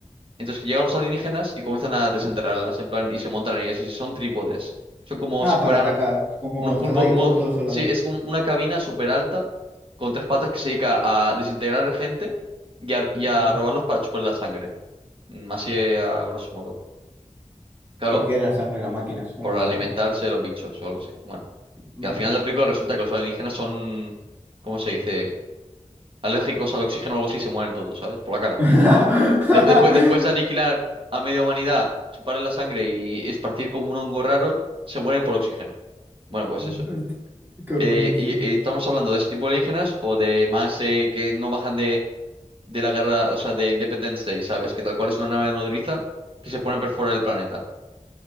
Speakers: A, on the right; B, on the right.
A: Entonces que llegan los alienígenas y comienzan a desenterrarlas, en plan, y se montan en ellas, y son trípodes. Son como
B: Ah,
A: si fueran
B: para atacar. Es Como
A: unos pulpos,
B: están ahí
A: unos,
B: todo- todos los soldados.
A: sí, es como una cabina súper alta, con tres patas que se dedica a desintegrar gente y a, y
B: Ajá.
A: a robarlos para chupar la sangre. Mm, Así eh, a grosso modo. Claro,
B: ¿Para qué era la sangre de las máquinas? Bueno,
A: por alimentarse
B: da igual.
A: de los bichos o algo así. Bueno,
B: Vale.
A: que al final de la película resulta que los alienígenas son, ¿cómo se dice? alérgicos al oxígeno o algo así, se mueren todos, ¿sabes? Por la cara.
B: <laughs>
A: De- después, después de aniquilar a media humanidad, chuparle la sangre y esparcir como un hongo raro, se mueren por oxígeno. Bueno, pues
B: Hostia,
A: eso.
B: ¿Qué cojones,
A: Eh, y,
B: tío?
A: y estamos hablando de ese tipo de alienígenas o de más eh, que no bajan de, de la guerra, o sea, de Independence Day, ¿sabes? Que tal cual es una nave nodriza que se pone a perforar el planeta.